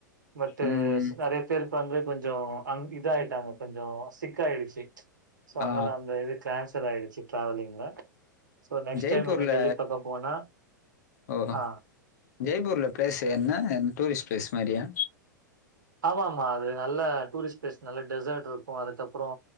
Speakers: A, on the right; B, on the left.
A: பட் டு
B: ம்
A: ஸ் நெறைய பேருக்கு வந்து கொஞ்சோ அங் இதாயிட்டாங்க கொஞ்சோ சிக்காயிடுச்சு சோ
B: ஆ
A: அதனால அந்த இது கேன்சல் ஆயிடுச்சு டிராவலிங்ல சோ நெக்ஸ்ட்
B: ஜெய்ப்பூர்ல
A: டைம் நாங்க டெல்லி பக்கோ போனா
B: ஓ
A: ஆ
B: ஜெய்ப்பூர்ல பிளேஸ் என்ன டூரிஸ்ட் பிளேஸ் மாரியா
A: ஆமா ஆமா அது நல்ல டூரிஸ்ட் பிளேஸ் நல்ல டெசர்ட் இருக்கு அதுக்கப்பறோ